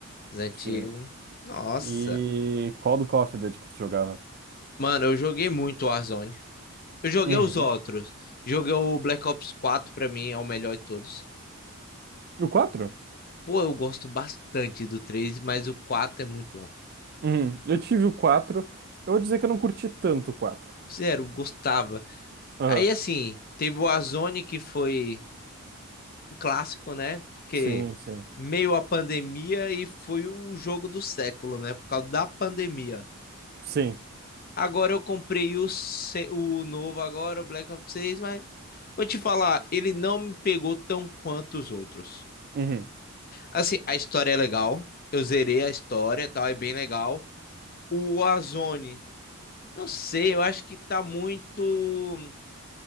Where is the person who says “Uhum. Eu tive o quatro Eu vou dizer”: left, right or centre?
Right